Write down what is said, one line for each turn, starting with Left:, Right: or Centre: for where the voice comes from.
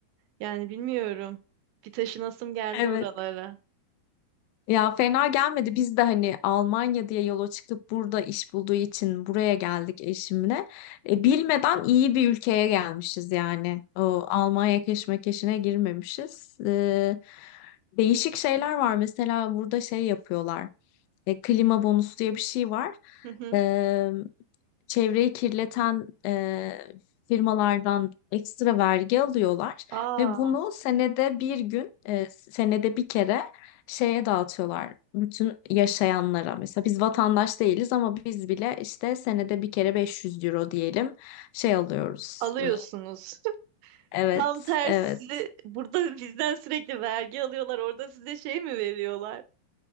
Right: yani bilmiyorum. Bir taşınasım geldi
Left: Evet.
Right: oralara.
Left: Ya fena gelmedi. Biz de hani Almanya diye yola çıkıp burada iş bulduğu için buraya geldik eşimle. E, bilmeden iyi bir ülkeye gelmişiz yani. O Almanya keşmekeşine girmemişiz. E, değişik şeyler var. Mesela burada şey yapıyorlar. E, klima bonusu diye bir şey var.
Right: Hı hı.
Left: E, çevreyi kirleten e, firmalardan ekstra vergi alıyorlar
Right: Aa,
Left: ve bunu senede bir gün, e, senede bir kere şeye dağıtıyorlar. Bütün yaşayanlara mesela biz vatandaş değiliz ama biz bile işte senede bir kere 500 euro diyelim şey alıyoruz.
Right: alıyorsunuz.
Left: E,
Right: <laughs>
Left: Evet,
Right: Tam tersi.
Left: evet,
Right: Burada bizden sürekli vergi alıyorlar. Orada size şey mi veriyorlar?